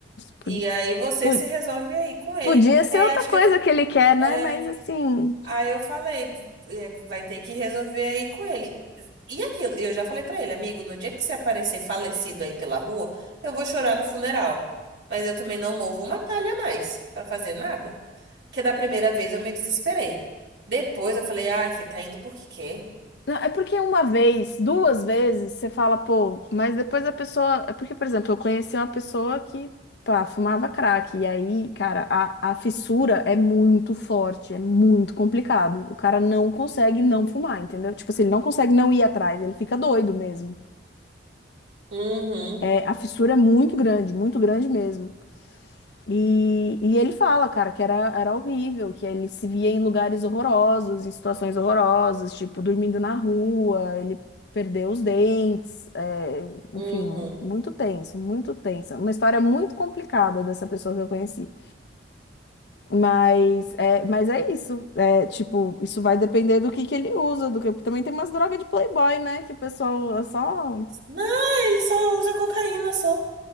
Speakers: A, on the left (about 60°); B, on the right (about 65°).
A: Pu-
B: E aí você
A: pu-
B: se resolve aí com ele.
A: Podia ser
B: É,
A: outra
B: acho que
A: coisa
B: eu.
A: que ele quer, né?
B: é,
A: Mas assim.
B: Aí eu falei, é, vai ter que resolver aí com ele. E aquilo, eu já falei pra ele, amigo, no dia que você aparecer falecido aí pela rua, eu vou chorar no funeral. Mas eu também não movo uma palha a mais pra fazer nada. Porque da primeira vez eu me desesperei. Depois eu falei, ah, fi, tá indo porque quer.
A: Não, é porque uma vez, duas vezes, você fala, pô, mas depois a pessoa. É porque, por exemplo, eu conheci uma pessoa que, pá, fumava crack. E aí, cara, a, a fissura é muito forte, é muito complicado. O cara não consegue não fumar, entendeu? Tipo assim, ele não consegue não ir atrás, ele fica doido mesmo.
B: Uhum,
A: É, a fissura é muito grande, muito grande mesmo. E, e ele fala, cara, que era, era horrível, que ele se via em lugares horrorosos, em situações horrorosas, tipo, dormindo na rua, ele perdeu os dentes, é, enfim,
B: uhum.
A: muito tenso, muito tensa. Uma história muito complicada dessa pessoa que eu conheci. Mas é, mas é isso, é, tipo, isso vai depender do que que ele usa, do que, porque também tem umas drogas de playboy, né, que o pessoal é só...
B: Não, ele só usa cocaína só.